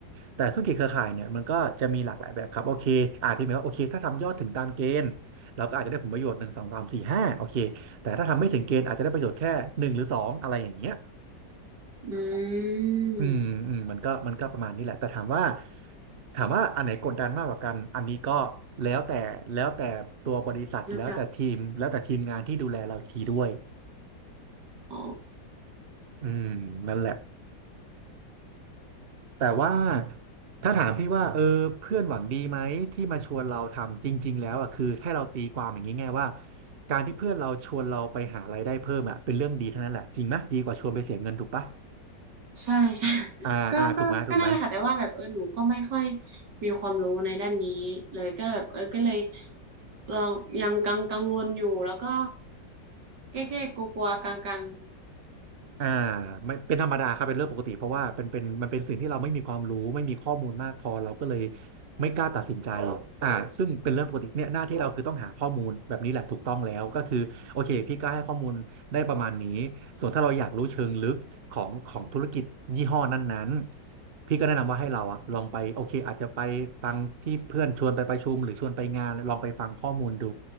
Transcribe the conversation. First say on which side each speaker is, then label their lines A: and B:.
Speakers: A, on the right; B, on the right.
A: แต่ธุรกิจเครือข่ายเนี่ยมันก็จะมีหลากหลายแบบครับโอเคอาจจะหมายว่าโอเคถ้าทำยอดถึงตามเกณฑ์เราก็อาจจะได้ผลประโยชน์หนึ่งสองสามสี่ห้าโอเคแต่ถ้าทำไม่ถึงเกณฑ์อาจจะได้ประโยชน์แค่หนึ่งหรือสองอะไรอย่างเงี้ย
B: อืม
A: อืมอืมมันก็มันก็ประมาณนี้แหละแต่ถามว่าถามว่าอันไหนกดดันมากกว่ากันอันนี้ก็แล้วแต่แล้วแต่ตัวบริษัทแล้วแต่ทีมแล้วแต่ทีมงานที่ดูแลเราอีกทีด้วย
B: แล้วก็อ๋อ
A: อืมนั่นแหละแต่ว่าถ้าถามพี่ว่าเออเพื่อนหวังดีไหมที่มาชวนเราทำจริงๆแล้วอ่ะคือให้เราตีความอย่างนี้ไงว่าการที่เพื่อนเราชวนเราไปหารายได้เพิ่มอ่ะเป็นเรื่องดีทั้งนั้นแหละจริงไหมดีกว่าชวนไปเสียเงินถูกปะ
B: ใช่ใช่ <laughs>
A: อ่าอ่าถูกไหมถูกไหม
B: ก็ก็ก็นั่นแหละค่ะแต่ว่าแบบเออหนูก็ไม่ค่อยมีความรู้ในด้านนี้เลยก็แบบเออก็เลยลองยังกังกังวลอยู่แล้วก็เก้เก้กลัวๆกลัวกลงกลง
A: อ่าไม่เป็นธรรมดาครับเป็นเรื่องปกติเพราะว่าเป็นเป็นมันเป็นสิ่งที่เราไม่มีความรู้ไม่มีข้อมูลมากพอเราก็เลยไม่กล้าตัดสินใจอ่าซึ่งเป็นเรื่องปกติเนี่ยหน้าที่เราคือต้องหาข้อมูลแบบนี้แหละถูกต้องแล้วก็คือโอเคพี่ก็ให้ข้อมูลได้ประมาณนี้ส่วนถ้าเราอยากรู้เชิงลึกของของธุรกิจยี่ห้อนั้นๆพี่ก็แนะนำว่าให้เราอะลองไปโอเคอาจจะไปฟังที่เพื่อนชวนไปประชุมหรือชวนไปงานลองไปฟังข้อมูลดู